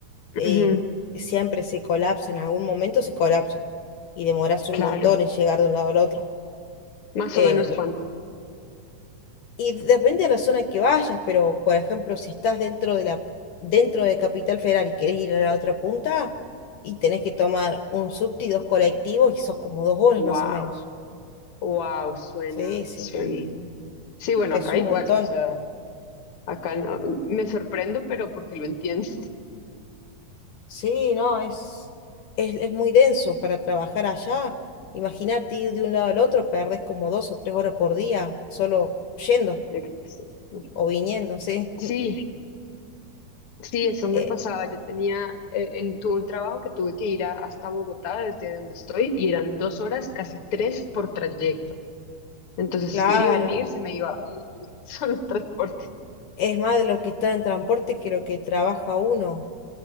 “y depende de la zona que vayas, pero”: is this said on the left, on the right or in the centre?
Left